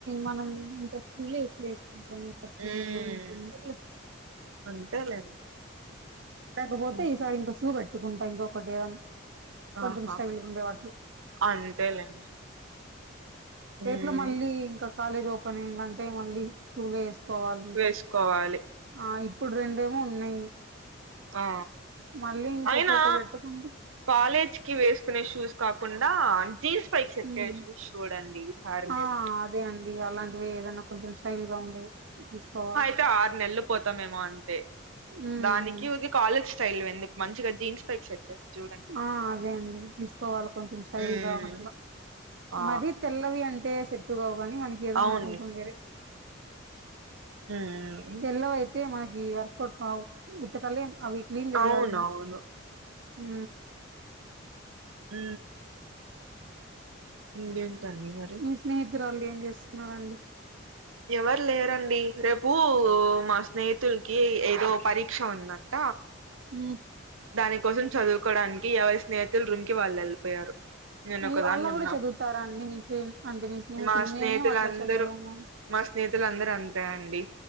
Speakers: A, on the right; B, on the right.
A: మనం ఇంకా ఫుల్ లో ఎప్పుడు వేసుకుంటుంది కప్పులు
B: ఉమ్
A: కొన్నా నీకెందుకు లే
B: అంతేలేండి
A: లేకపోతే
B: ఉమ్
A: ఈసారి ఇంకా షూ పెట్టుకుంటా ఇంకొకటి ఏదనా కొంచెం
B: ఆహా
A: స్టైల్గా ఉండే వాటిలో
B: అంతేలేండి
A: రేట్లో
B: ఉమ్
A: మళ్ళీ ఇంకా కాలేజ్ ఓపెన్ అయిందంటే మళ్ళీ షూలే వేసు కోవాలి ఇకో
B: వేసుకోవాలి
A: ఆ ఇప్పుడు రెండేమో ఉన్నాయి
B: ఆ
A: మళ్ళీ ఇంకొకటి
B: అయినా
A: పెట్టుకుంటే
B: కాలేజ్ కి వేసుకునే షూస్ కాకుండా జీన్స్ పైకి సెట్టైఎ
A: ఉమ్
B: షూస్ చూడండి ఈసారి
A: ఆ
B: మీరు
A: అదే అండి అలాంటివే ఏదన్నా కొంచెం స్టైల్గా ఉండే తీసుకోవాలా
B: అ ఆరు నెలలు పోతాంమేమో అంతే
A: ఉమ్
B: దానికి
A: ఉమ్
B: కాలేజ్ స్టైల్ వి ఎందుకు మంచిగా జీన్స్ పైక్ సెట్ చూడండి
A: ఆ అదే అండి తీసుకోవాలి కొంచెం స్టైల్
B: ఉమ్
A: గా అట్లా
B: ఆ
A: మర తెల్లవి అంటే సెట్టు కావు గాని మనకి ఏదన్నా
B: అవును
A: కొంచెం వేరే
B: మ్మ్
A: తెల్లవ అయితే మనకి ఎర్కోట్ కావు ఉత్తకలేం అవి క్లీన్ చేయాలి
B: అవునవును
A: ఉ
B: ఊ ఇంకేంటండి వర్క
A: మీ స్నేహితురాళ్ళు ఏం చేస్తున్నారండి
B: ఎవర్‌ లేరండి రేపు మా స్నేహితులు కి ఏదో పరీక్షా ఉందంట
A: ఉ
B: దాని కోసం చదువుకోడానికి ఎవరి స్నేహితులు రూమ్ కి వాళ్ళు వెళ్ళిపోయారు నేను
A: అయ్యో
B: ఒకదాన్ని
A: అలా
B: ఉన్నా
A: కూడా చదువుతారా అండి మీ అంటే నీ స్నేహితులు
B: మా స్నేహితులందరూ
A: మేమేం అట్లా చదవము
B: మా స్నెహితులందరూ అంతే అండి